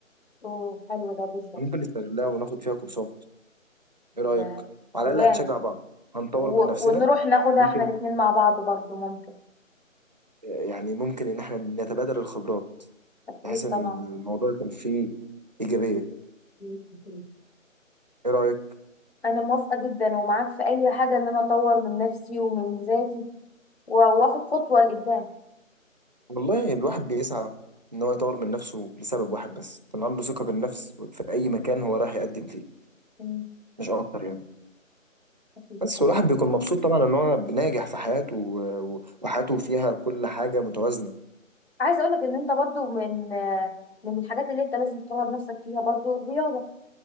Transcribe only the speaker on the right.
ممكن نستغلها وناخد فيها كورسات ايه رايك
على
الاقل
هنشجع بعض هنطور
من نفسنا
ممكن
يعني ممكن ان احنا نتبادل الخبرات
بحيث ان
الموضوع يكون فيه ايجابيه
ايه رايك
والله الواحد بيسعى ان هو يطور من نفسه لسبب واحد بس يكون عنده ثقة بالنفس في اي مكان هو راح يقدم فيه
مش اكتر يعني
بس
والواحد بيكون مبسوط طبعا ان هو بناجح في حياته و- و- وحياته فيها كل حاجة متوازنة